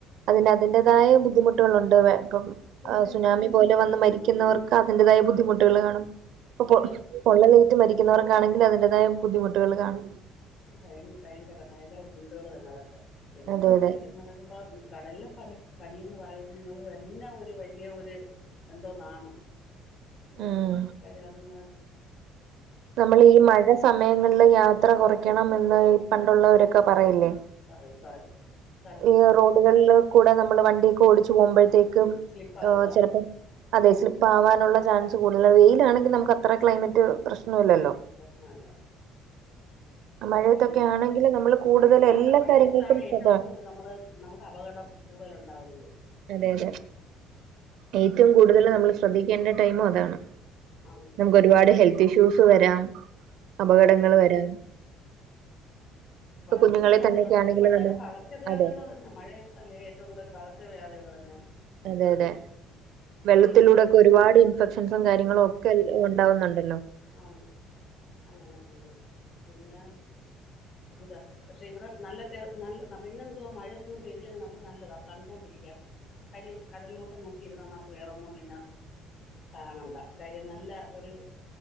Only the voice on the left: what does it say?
പിന്നെ
പിന്നെ
ഭയ ഭയങ്കര ഭയങ്കര ബുദ്ധിമുട്ടുകൾ തന്നെതൊക്കെ പിന്നെ ഇപ്പോഴത്തേക്കെന്ന്
റഞ്ഞ കടലിലെ പണി പണിയെന്ന് പറയുന്നത് തന്നെ ഒരു വലിയ ഒരു എന്തോന്നാണ്
കാര്യം അതുങ്ങള്
പറയും പറയും. പറഞ്ഞിട്ടുണ്ട്
സ്ലിപ്പാകുക
പ്രശ്നല്ല.
പിന്നെ
മഴയത്താണ്
മഴയത്താണ്
ഏറ്റവും
കൂടുതല് നമ്മള് നമുക്ക് അപകടം കൂടുതല് ഉണ്ടാവുന്നത്.
ആണ്
ആണ്
പകർച്ചവ്യാധികളോ
ഇപ്പതന്നെ
പകർച്ചവ്യാധികള്
പിന്നെ മഴയത്തല്ലേ ഏറ്റവും കൂടുതൽ പകർച്ചവ്യാധികള് വര്ണെ.
ഇനിയിപ്പോഴും
ആഹ് അങ്ങനെ ഉണ്ട് പിന്നെ എന്താ പക്ഷെ ഇവിടെ നല്ല നല്ല പിന്നെ എന്തുവാ മഴയൊന്നും പെയ്തില്ലെങ്കി നമുക്ക് നല്ലതാ കണ്ടോണ്ടിരിക്കാൻ. കാര്യം കടലിലോട്ട് നോക്കിയിരുന്ന ന വേറൊന്നും പിന്നെ കാണണ്ട കാര്യം നല്ല ഒരു